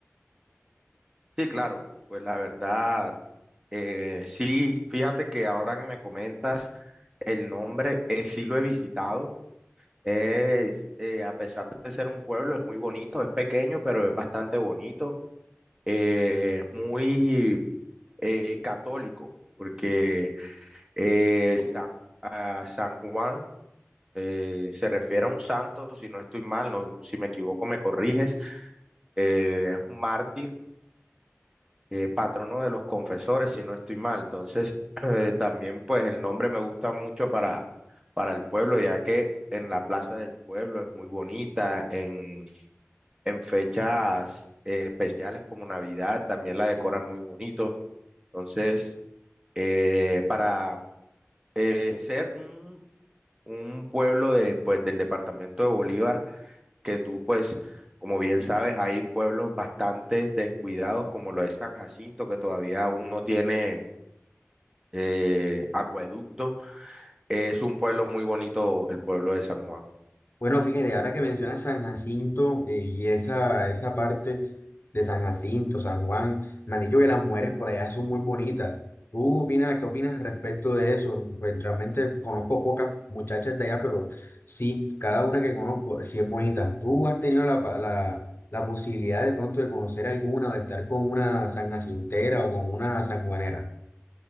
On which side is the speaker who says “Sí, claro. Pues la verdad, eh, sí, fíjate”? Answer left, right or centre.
Right